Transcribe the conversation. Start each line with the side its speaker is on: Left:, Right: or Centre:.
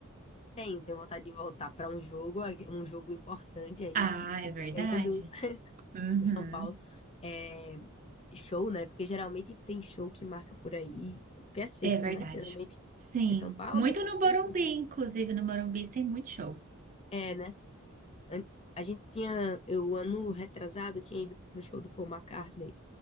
Left: Tenho, tenho vontade de voltar para um jogo, um jogo importante aí
Right: Ah,
Left: de,
Right: é
Left: que
Right: verdade?
Left: tenha do, <laughs>
Right: Uhum,
Left: do São Paulo. É, show, né? Porque geralmente tem show que marca por aí, porque é centro,
Right: é verdade.
Left: né? Geralmente
Right: Sim,
Left: é São Paulo,
Right: muito
Left: Rio,
Right: no
Left: tem
Right: Morumbi,
Left: tudo.
Right: inclusive no Morumbi tem muito show.
Left: É, né? An- A gente tinha, eu ano retrasado, tinha ido pro show do Paul McCartney.